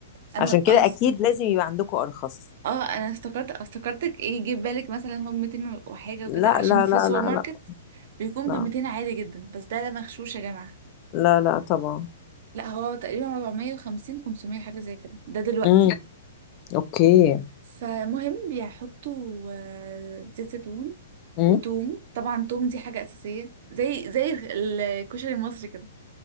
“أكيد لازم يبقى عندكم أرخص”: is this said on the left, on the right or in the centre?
Left